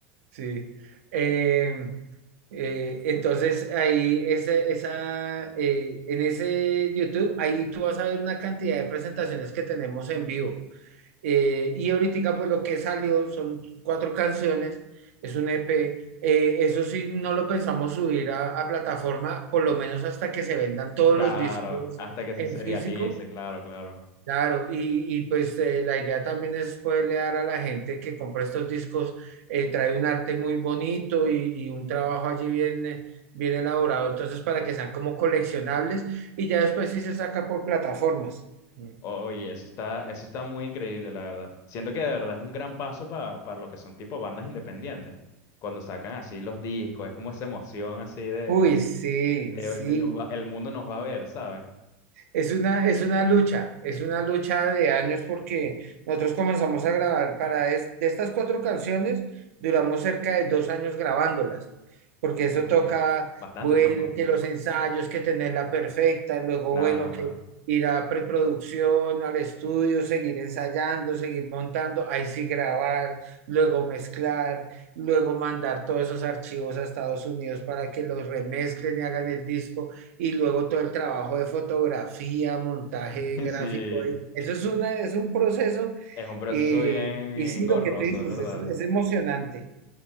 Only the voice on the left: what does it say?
Claro,
hasta que se
serialice,
claro, claro.
Oye, eso está, eso está muy increíble, la verdad. Siento que de verdad es un gran paso pa- para lo que son tipo bandas independientes. Cuando sacan así los discos, es como esa emoción así de,
de-
de nos va- el mundo nos va a ver, ¿sabes?
Uy,
bastante
tiempo.
Claro,
claro.
<laughs>
Sí,
es un proceso
bien, bien
engorroso,
es verdad.